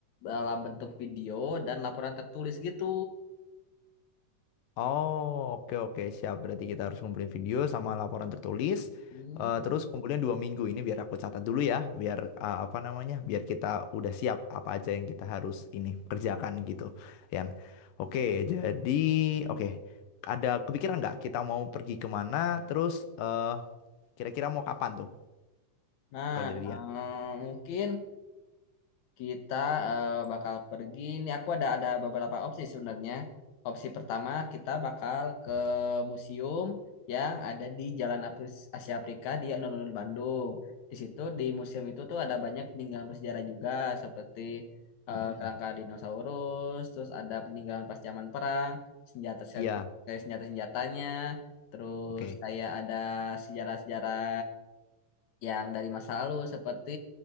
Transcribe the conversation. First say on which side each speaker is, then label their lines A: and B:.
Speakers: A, on the left; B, on the left.
A: dalam bentuk video dan laporan tertulis gitu
B: Oh, oke oke siap. Berarti kita harus ngumpulin video sama laporan tertulis.
A: Hmm.
B: Eh, terus kumpulin dua minggu ini biar aku catat dulu ya, biar eh, apa namanya, biar kita udah siap apa aja yang kita harus ini kerjakan gitu. Yan, oke. Jadi oke, ada kepikiran nggak kita mau pergi kemana? Terus eh, kira-kira mau kapan tuh
A: nah
B: kalau dari
A: eh,
B: Yan?
A: mungkin Kita eh, bakal pergi. Ini aku ada ada beberapa opsi sebenarnya. Opsi pertama kita bakal ke museum yang ada di Jalan Apri- Asia Afrika di alun-alun Bandung. Di situ di museum itu tuh ada banyak peninggalan bersejarah juga seperti eh,
B: Mm-mm.
A: kerangka dinosaurus, terus ada peninggalan pas zaman perang, senjata
B: Iya,
A: kayak senjata senjatanya, terus
B: oke,
A: kayak ada sejarah-sejarah yang dari masa lalu seperti